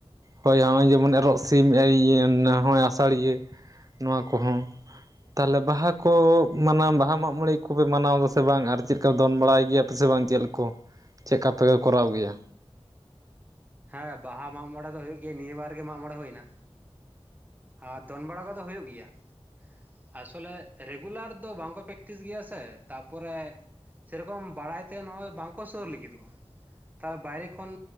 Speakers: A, on the right; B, on the right.
A: ᱦᱳᱭ ᱦᱚᱸᱜᱼᱚᱭ ᱡᱮᱢᱚᱱ ᱮᱨᱚᱜ ᱥᱤᱢ ᱮ ᱤᱭᱟᱹ ᱱᱚ ᱦᱚᱭ ᱟᱥᱟᱲᱤᱭᱟᱹ ᱱᱚᱣᱟ ᱠᱚᱦᱚᱸ ᱛᱟᱞᱦᱮ ᱵᱟᱦᱟ ᱠᱚ ᱢᱟᱱᱟᱣ ᱵᱟᱦᱟ ᱢᱟᱜ ᱢᱚᱬᱮ ᱠᱚᱯᱮ ᱢᱟᱱᱟᱣᱫᱟ ᱥᱮ ᱵᱟᱝ? ᱟᱨ ᱪᱮᱜ ᱞᱮᱠᱟ ᱫᱚᱱ ᱵᱟᱲᱟᱭ ᱜᱮᱭ ᱥᱮ ᱵᱟᱝ ᱡᱮᱞᱠᱚ ᱪᱮᱜ ᱠᱟᱯᱮ ᱜᱮ ᱠᱚᱨᱟᱣ ᱜᱮᱭᱟ?
B: ᱦᱮᱸ ᱵᱟᱦᱟ ᱢᱟᱜ ᱢᱚᱬᱮ ᱫᱚ ᱦᱩᱭᱩᱜ ᱜᱮ ᱱᱤᱭᱟᱹ ᱵᱟᱨ ᱜᱮ ᱢᱟᱜ ᱢᱬᱮ ᱦᱩᱭᱱᱟ᱾ ᱟ ᱫᱚᱱ ᱵᱟᱲᱟ ᱠᱚᱫᱚ ᱦᱩᱭᱩᱜ ᱜᱤᱭᱟ᱾ ᱟᱥᱚᱞᱮ ᱨᱮᱜᱩᱞᱟᱨ ᱫᱚ ᱵᱟᱝᱠᱚ ᱯᱮᱠᱴᱤᱥ ᱜᱮᱭᱟ ᱥᱮ ᱛᱟᱯᱚᱨᱮ ᱥᱮᱨᱚᱠᱚᱢ ᱵᱟᱲᱟᱭ ᱛᱮ ᱱᱚᱜᱼᱚᱭ ᱵᱟᱝᱠᱚ ᱥᱩᱨ ᱞᱟᱹᱜᱤᱫᱚᱜᱼᱟ᱾ ᱛᱟᱦᱮ ᱵᱟᱭᱨᱮ ᱠᱷᱚᱱ